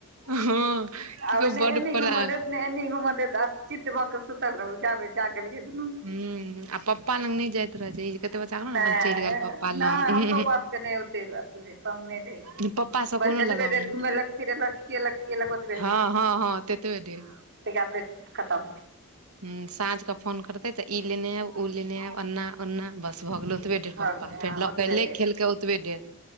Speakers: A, on the right (about 85°); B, on the right (about 55°).
A: हँ की
B: आब
A: कहू
B: एने
A: बड
B: एनी
A: परा
B: घुमा देत नहि घुमऽ देत आब चित भऽ क सुतल रहू, जाबे जागलयै दुनू।
A: हूँ, आ पप्पा लंग नहि जायत छै ई। कते बच्चा के ने
B: नहि
A: अपन चलि गेल पप्पा
B: -नहि
A: लग
B: हमरो बस के नहि ओते अथी तहने रहै छै।
A: पप्पा से कोनो
B: बस जतबे
A: लगाव
B: देर
A: नहि
B: घुमेलक, फिरेलक, खियेलक, पियेलक, ओतबे
A: हँ
B: देर।
A: हँ हँ ततबे देर
B: तहिया अपने <unintelligible> खतम
A: हुँ, साँझ कऽ फोन करतै तऽ ई लेने आयब, ओ लेने आयब, अन्ना ओन्ना, बस भऽ गेलै ओतबे देर
B: भऽ
A: पप्पा,
B: गेलै हँ
A: फेर लऽ
B: ओतबे
A: एले
B: देर
A: खेलकै ओतबे देर।